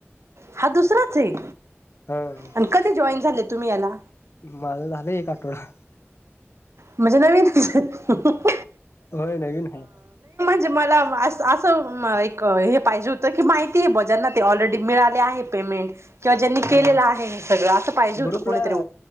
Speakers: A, on the right (about 70°); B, on the left (about 60°).
A: हा दुसराच ये
B: हा
A: आणि कधी जॉईन झाले तुम्ही याला.
B: माझं झालं एक आठवडा.
A: म्हणजे नवीन की.
B: होय नवीन हाय.
A: म्हणजे मला असं एक हे पाहिजे होत की माहिती जे ब्या आहे. ते ऑलरेडी मिळाले आहे पेमेंट. किंवा ज्यांनी केलेलं
B: अ
A: आहे हे सगळं असं पाहिजे होतं
B: ग्रुपला
A: कोणीतरी